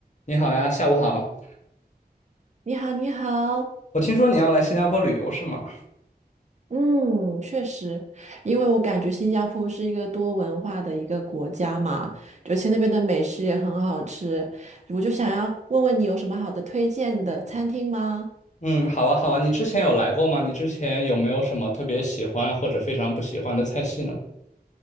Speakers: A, on the left; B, on the right.
A: 你好呀，下午好。
B: 你好，你好，
A: 我听说你要来新加坡旅游是吗？
B: 嗯，确实，因为我感觉新加坡是一个多文化的一个国家嘛，而且那边的美食也很好吃，我就想要问问你有什么好的推荐的餐厅吗？
A: 嗯，好啊，好啊。你之前有来过吗？你之前有没有什么特别喜欢或者非常不喜欢的菜系呢？